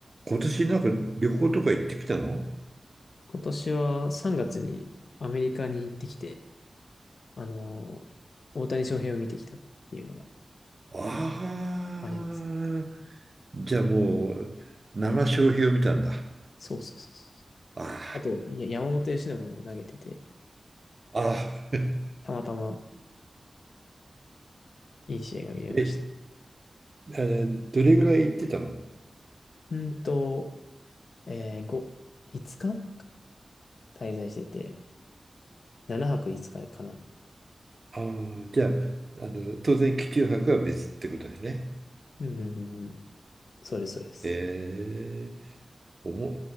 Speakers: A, on the right; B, on the left.
A: 今年なんか旅行とか行ってきたの
B: 今年は3月にアメリカに行ってきて、あのー大谷翔平を見てきたっていうのが
A: ああ、
B: あります。
A: じゃあもう、生消費を見たんだ。
B: そうそうそうそ
A: あ
B: う。あと、いや、山本由伸も投げてて、
A: あ、あ
B: たまたまいい試合が見れました。
A: ーえ、あのどれぐらい行ってたの
B: うんと、えー、5、5日間滞在してて、7泊5日かかな。
A: ああ、じゃあ、あの、当然、気球博は別ってことだよね。
B: うんうんうんうん。そうです、そうです。
A: えー、おも、